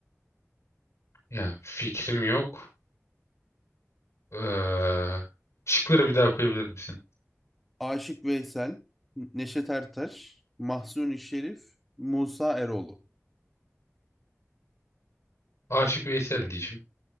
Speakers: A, on the left; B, in the centre.
A: Ya fikrim yok. Ee, şıkları bir daha koyabilir misin?
B: Aşık Veysel, Neşet Ertaş, Mahsuni Şerif, Musa Eroğlu.
A: Aşık Veysel diyeceğim.